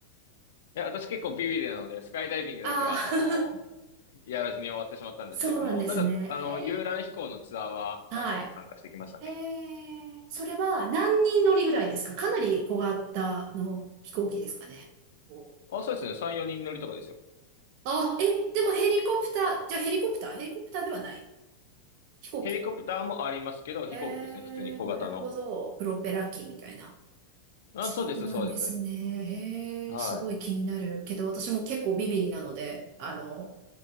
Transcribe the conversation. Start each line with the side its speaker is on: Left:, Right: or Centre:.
Left: いや、私結構ビビリなので、スカイダイビングだけはあの、
Right: ああー、
Left: やらずに終わってしまったんですけども、
Right: <laughs> そうなんですね。
Left: ただ、あの、
Right: へえ。
Left: 遊覧飛行のツアーは何回も参加してきましたね。
Right: はい。えー、それは何人乗りぐらいですかかなり小型の飛行機ですかね。お
Left: あ、そうですね。3、4人乗りとかですよ。
Right: あ、え、でもヘリコプター、じゃあヘリコプター、ヘリコプターではない。飛行機。
Left: ヘリコプターもありますけど、飛行機ですね。
Right: え
Left: 普通に小型の。
Right: ー、なるほど。プロペラ機みたいな。
Left: あ、
Right: そうなんですね。
Left: そうです、そうです。
Right: へえ、
Left: はい。
Right: すごい気になる。けど私も結構ビビリなので、あの、